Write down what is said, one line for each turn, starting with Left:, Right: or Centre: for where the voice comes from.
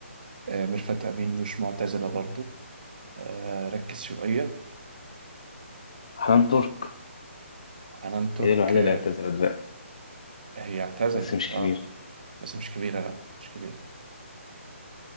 Right: آه، ميرفت أمين مش معتزلة برضو آه، ركز شوية
Left: حنان ترك
Right: حنان ترك
Left: هي دي الوحيدة
Right: آه،
Left: اللي اعتزلت بقى
Right: هي اعتزلت
Left: بس مش
Right: اه
Left: كبيرة
Right: بس مش كبيرة لا مش كبيرة